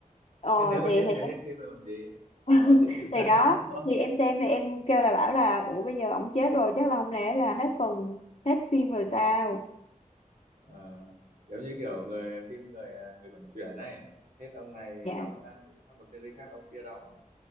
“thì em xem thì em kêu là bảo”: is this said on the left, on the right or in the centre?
Left